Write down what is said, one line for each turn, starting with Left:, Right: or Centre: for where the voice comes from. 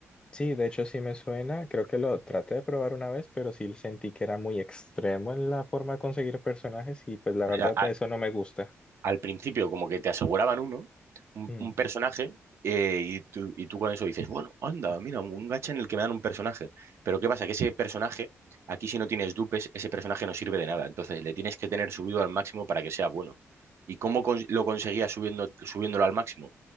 Left: Sí, de hecho sí me suena, creo que lo traté de probar una vez, pero sí sentí que era muy extremo en la forma de conseguir personajes y pues la verdad
Right: O sea, a-
Left: eso no me gusta.
Right: al principio como que te aseguraban uno, un,
Left: Mm,
Right: un personaje, eh, y tú, y tú con eso dices, bueno, anda, mira, un gacha en el que me dan un personaje. Pero ¿qué pasa? Que ese personaje, aquí si no tienes dupes, ese personaje no sirve de nada. Entonces le tienes que tener subido al máximo para que sea bueno. ¿Y cómo cons- lo conseguías subiendo, subiéndolo al máximo?